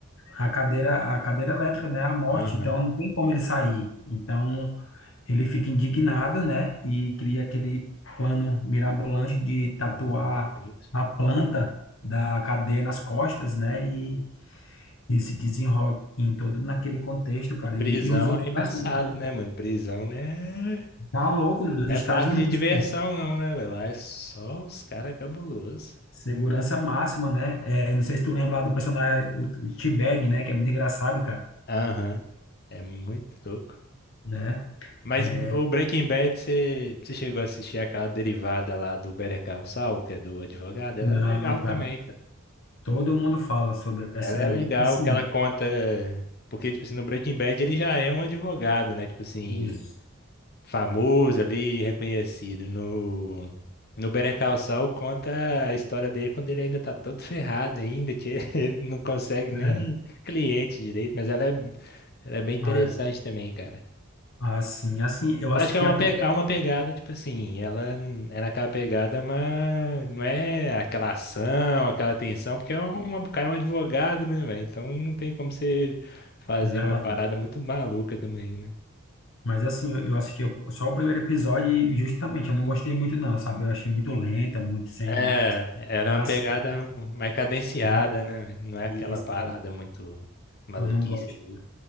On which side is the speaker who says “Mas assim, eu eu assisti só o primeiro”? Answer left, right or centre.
Left